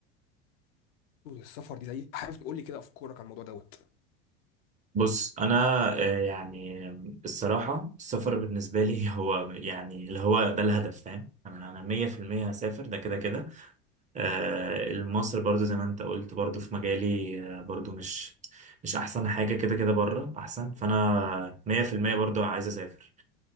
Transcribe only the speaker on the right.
بص انا آه، يعني الصراحه السفر بالنسبه لي <laughs> هو يعني اللي هو ده الهدف فاهم انا انا 100% هسافر ده كده كده آه، مصر برضو زي ما انت قلت برضو في مجالي آه، برضو مش مش احسن حاجه كده كده بره احسن فانا 100% برضو عايز اسافر